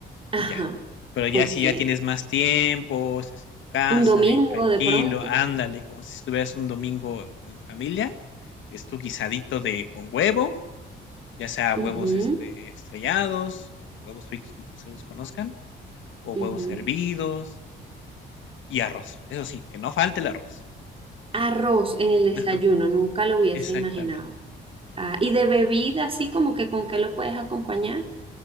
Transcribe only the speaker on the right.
Ajá,
ok.
Un domingo
de pronto.
Ujú,
ujú.
Arroz en el desayuno,
nunca lo hubiese
imaginado. Ah, y de bebida, así como que con qué lo puedes acompañar.